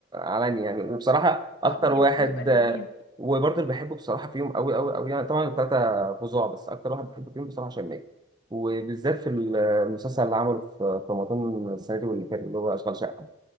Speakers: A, on the right (about 20°); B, on the left (about 55°).
A: علني يعني وبصراحه اكتر
B: اه بي-
A: واحد
B: بيبقى لذيذ
A: آه، وبرضه اللي بحبه بصراحه فيهم قوي قوي قوي يعني طبعا الثلاثه فظاع بس اكتر واحد بحبه فيهم بصراحه هشام ماجد وبالذات في المسلسل اللي عمله في في رمضان السنه دي واللي فات اللي هو اشغال شقه